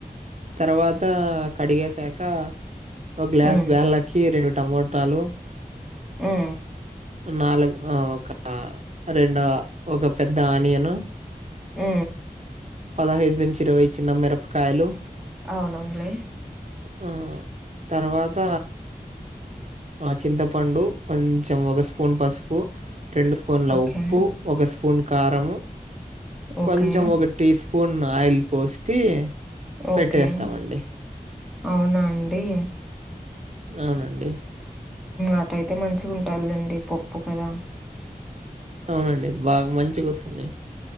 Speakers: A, on the right; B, in the centre.
A: తర్వాత కడిగసాక ఒక గ్లాస్
B: మ్మ్
A: బ్యాల్ కి రెండు టమోటాలు
B: మ్
A: నాలుగు ఒక రెండు ఒక పెద్ద ఆనియను
B: మ్
A: పదహైదు నుంచి ఇరవై చిన్న మిరపకాయలు.
B: అవునండి
A: ఆ తర్వాత ఆ చింతపండు కొంచెం ఒక స్పూన్ పసుపు రెండు స్పూన్ల
B: ఓకే
A: ఉప్పు ఒక స్పూన్ కారం
B: ఓకే
A: కొంచెం ఒక టీ స్పూన్ ఆయిల్ పోసి
B: ఓకే
A: పెట్టేస్తామండి.
B: అవునా అండి
A: అవునండి
B: అటయితే మంచిగా ఉంటాదిలేండి పప్పు కదా
A: అవునండి బాగా మంచిగా వస్తుంది.